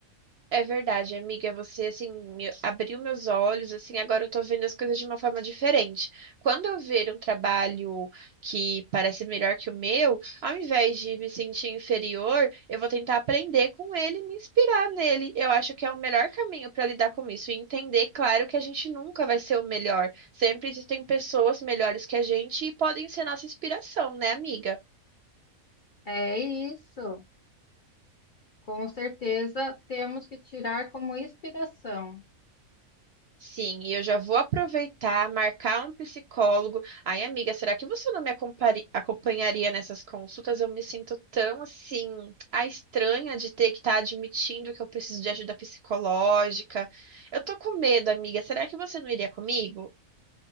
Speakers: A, on the right (about 60°); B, on the left (about 45°).
A: É verdade, amiga, você assim me abriu meus olhos, assim, agora eu tô vendo as coisas de uma forma diferente. Quando eu ver um trabalho que parece melhor que o meu, ao invés de me sentir inferior, eu vou tentar aprender com ele e me inspirar nele. Eu acho que é o melhor caminho para lidar com isso e entender, claro, que a gente nunca vai ser o melhor. Sempre existem pessoas melhores que a gente e podem ser nossa inspiração, né, amiga?
B: É isso. Com certeza temos que tirar como inspiração.
A: Sim, e eu já vou aproveitar, marcar um psicólogo. Ai, amiga, será que você não me acompari- acompanharia nessas consultas? Eu me sinto tão assim, a estranha de ter que estar admitindo que eu preciso de ajuda psicológica. Eu tô com medo, amiga. Será que você não iria comigo?